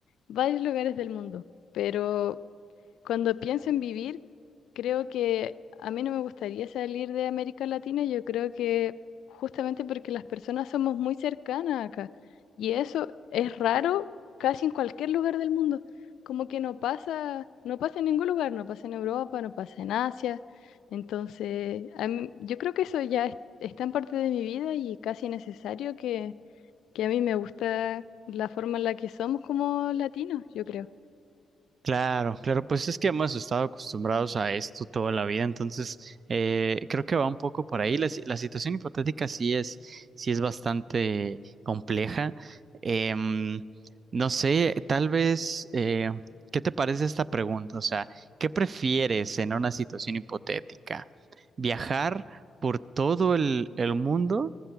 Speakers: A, on the left; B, on the right.
A: varios lugares del mundo, pero cuando pienso en vivir, creo que a mí no me gustaría salir de América Latina, yo creo que justamente porque las personas somos muy cercanas acá y eso es raro casi en cualquier lugar del mundo, como que no pasa, no pasa en ningún lugar, no pasa en Europa, no pasa en Asia, entonces a mí- yo creo que eso ya es, es tan parte de mi vida y casi necesario que, que a mí me gusta la forma en la que somos como latinos, yo creo.
B: Claro, claro, pues es que hemos estado acostumbrados a esto toda la vida, entonces eh, creo que va un poco por ahí. La, si- la situación hipotética sí es, sí es bastante compleja. Em, no sé, tal vez, eh, ¿qué te parece esta pregunta? O sea, ¿qué prefieres en una situación hipotética? ¿Viajar por todo el, el mundo,